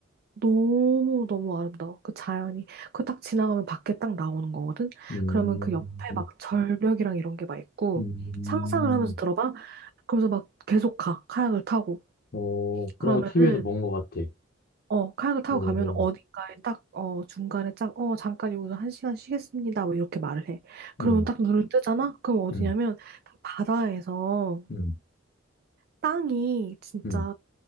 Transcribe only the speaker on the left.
음,
음.
음.
어, 그런
거 TV에서 본 것 같아.
오,
응
응
음,
음,